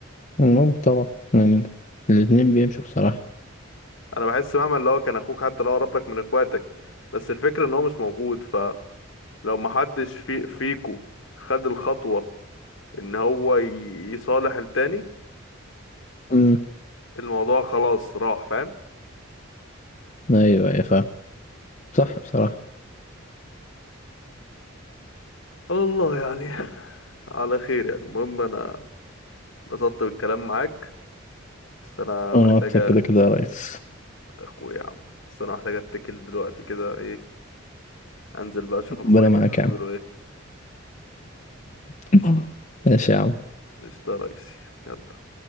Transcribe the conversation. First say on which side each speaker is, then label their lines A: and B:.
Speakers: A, on the left (about 35°); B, on the left (about 65°).
A: مم، طبعا يعني الاتنين بيمشوا بصراحة
B: انا بحس مهما اللي هو كان اخوك حتى لو قرب لك من اخواتك بس الفكرة ان هو مش موجود فلو ما حدش في فيكو خد الخطوة ان هو ي- يصالح التاني
A: امم
B: الموضوع خلاص راح فاهم
A: ايوه ايوه فاهم صح بصراحة
B: على الله يعني على خير يعني المهم انا بسطت بالكلام معاك بس انا
A: وانا
B: محتاجة
A: اكتر كده كده يا ريس
B: اخويا يا عم بس انا محتاجة اتكل دلوقتي كده ايه انزل بقى اشوف
A: <laughs>
B: اخواتي
A: ربنا معاك
B: دول بيقولوا
A: يا عم
B: ايه
A: <laughs>
B: <laughs>
A: ماشي يا عم
B: قشطة يا ريسي يلا